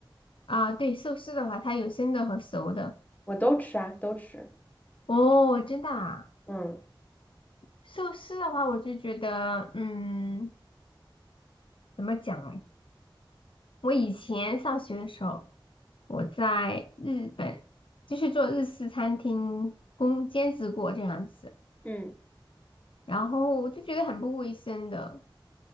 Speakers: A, on the left; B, on the left.
A: 啊，对，寿司的话，它有生的和熟的。
B: 我都吃啊，都吃。
A: 哦，真的啊，
B: 嗯
A: 寿司的话，我就觉得，嗯，怎么讲呢？我以前上学的时候，我在日本就是做日式餐厅工兼职过这样子。
B: 嗯
A: 然后我就觉得很不卫生的，